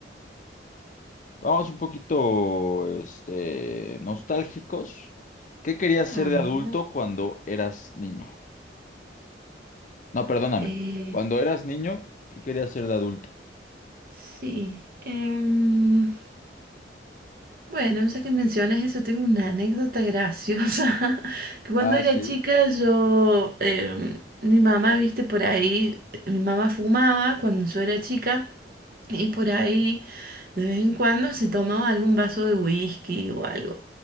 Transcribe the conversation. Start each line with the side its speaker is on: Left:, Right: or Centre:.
Left: vamos un poquito, este, nostálgicos. ¿Qué querías
Right: A
Left: ser de adulto
Right: ver,
Left: cuando eras niño? No, perdóname.
Right: eh,
Left: Cuando eras niño, ¿qué querías ser de adulto?
Right: sí. em, Bueno, ya que mencionas eso, tengo una anécdota graciosa. <laughs> Que cuando
Left: Ah,
Right: era
Left: sí.
Right: chica, yo, em, mi mamá, viste, por ahí, mi mamá fumaba cuando yo era chica y por ahí de vez en cuando se tomaba algún vaso de whisky o algo.